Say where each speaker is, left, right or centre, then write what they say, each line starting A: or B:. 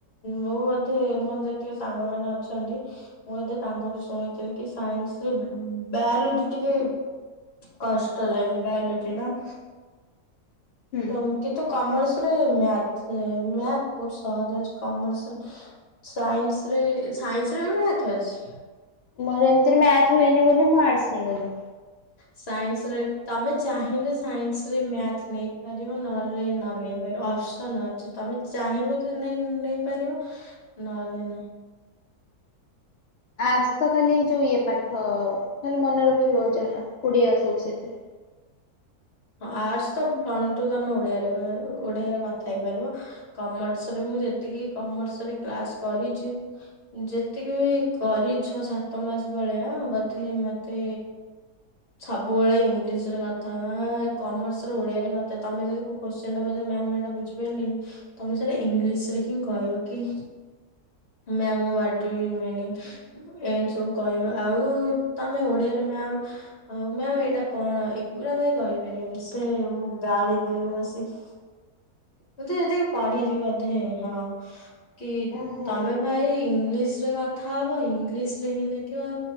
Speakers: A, on the left (about 45°); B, on the left (about 85°).
A: ମୁଁ ବୋଧେ ମୋର ଯେତିକ ସାଙ୍ଗ ମାନେ ଅଛନ୍ତି। ମୁଁ ବୋଧେ ତାଙ୍କଠୁ ଶୁଣିଥିଲି କି ସାଇନ୍ସ୍ ରେ ବାୟୋଲୋଜି ଟିକେ କଷ୍ଟ ଲାଗେ ବାୟୋଲୋଜି ଟା।
B: ହୁଁ।
A: ତ କିନ୍ତୁ କମର୍ସ ରେ ମ୍ୟାଥ୍ ମ୍ୟାଥ୍ ବହୁତ ସହଜ ଅଛି କମର୍ସରେ। ସାଇନ୍ସରେ ସାଇନ୍ସରେ ବି ମ୍ୟାଥ୍ ଅଛି।
B: ମୋର ଏମତିରେ ମ୍ୟାଥ୍ ହୁଏନି ବୋଲି ମୁଁ ଆର୍ଟସ୍ ନେଇଗଲି।
A: ସାଇନ୍ସରେ ତମେ ଚାହିଁଲେ ସାଇନ୍ସରେ ମ୍ୟାଥ ନେଇପାରିବ ନହେଲେ ନନେଇେଇ ପାରିବ ଅପ୍ସନ ଅ ତମେ ଚାହିଁବ ତ ନେଇ-ନେଇପାରିବ ନହେଲେ ନାଇଁ।
B: ଆର୍ଟସ୍ ତ ଖାଲି ଯୋଉ ଇଏ ପାଠ, ଖାଲି ମନେରଖିବ ଯାହା, ଓଡିଆ ସବୁ ସେଥିରେ।
A: ହଁ ଆର୍ଟସ୍ ତ ଫ୍ରଣ୍ଟୁ ତମେ ଓଡିଆରେ ଓଡିଆରେ କଥା ହେଇପାରିବ। କମର୍ସରେ ମୁଁ ଯେତିକି କମର୍ସରେ କ୍ଲାସ୍ କରିଛି ଯେତିକି ବି କରିଛ ସାତ ମାସ ଭଳିଆ ବୋଧେ ମତେ ସବୁବେଳେ ଇଂଲିଶରେ କଥା ହବା କମର୍ସର ଓଡିଆରେ କଥା, ତମେ ଯଦି କୋଉ କୋଶ୍ଚେନଟା ପଚା ମ୍ୟାାମ ମୁଁ ଏଇଟା ବୁଝିପାଇଲିନି ତମେ ସେଇଟା ଇଂଲିଶରେ ହିଁ କହିବ କି ମ୍ୟାମ୍ ୱାଟ ଡୁ ୟୁ ମନିଂ? ଏମିତି ସବୁ କହିବା। ଆଉ ତମେ ଓଡିଆରେ ମ୍ୟାମ୍ ଆଉ ମ୍ୟାାମ ଏଇଟା କଣ ଏଗୁୁରା ଭାଇ କହିପାରିବନି। ସେ ଗାଳି ଦେବେ ବସିକି ମୁଁ ତ ଯେତିକି ପଢିଛିି ବୋଧେ, ହଁ କି
B: ଓହୋ
A: ତମେ ଭାଇ ଇଂଲିଶରେ କଥା ହବ। ଇଂଲିଶରେ ହିଁ ଲେଖିବ।